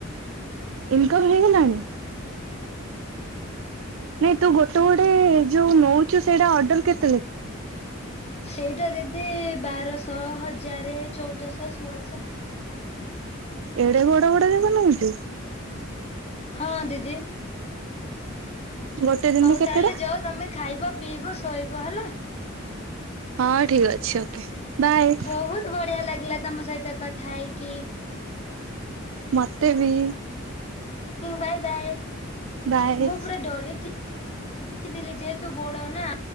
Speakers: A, on the right; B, on the left.
A: ଇନକମ ହେଇଗଲାଣି? ନାଇଁ ତୁ ଗୋଟେ ଗୋଟେ ଯୋଉ ନଉଚୁ ସେଇଟା ଅର୍ଡର କେ
B: ସେଇଟାରେ ବି ବାରଶହ ହଜାରେ ଚଉଦଶହ ସୋହଳଶ
A: ଏଡ଼େ ବଡ ବଡ ଯାଗ ନଉଚୁ।
B: ହଁ ଦିଦି।
A: ଗୋଟେ ଦିନରେ
B: ହଉ
A: କେତେଟା?
B: ତାହେଲେ ଜଅ ତମେ ଖାଇବ ପିଇବ ଶୋଇବ ହେଲା।
A: ହଁ ଠିକ ଅଛି। ଓକେ। ବାଏ
B: ବହୁତ ବଢିଆ ଲାଗିଲା ତମ ସହିତ କଥା ହେଇକି।
A: ମତେ ବି
B: ବାଏ ବାଏ
A: ବାଏ।
B: ମୁଁ ପୁରା ଡରେଇକି ଥିଲି ଯେହେତୁ ବଡ ନା।